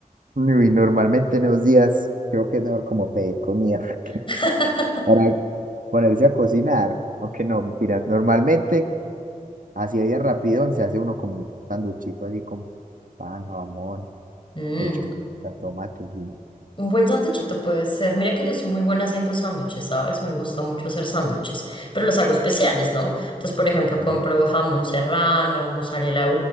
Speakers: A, on the right; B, on the left.
A: Uy, normalmente en los días creo que es mejor como pedir comida
B: <laughs>
A: <laughs> para ponerse a cocinar, aunque no, mentiras. Normalmente, así de rápido, se hace uno como un sanduchito así con pan, jamón,
B: Mm,
A: lechuga, tomates y,
B: Un buen sándwichito puede ser. Mira que yo soy muy buena haciendo sándwiches, ¿sabes? Me gusta mucho hacer sándwiches, pero los hago especiales, ¿no? Entonces, por ejemplo,
A: y
B: compro
A: al-
B: jamón serrano, mozzarella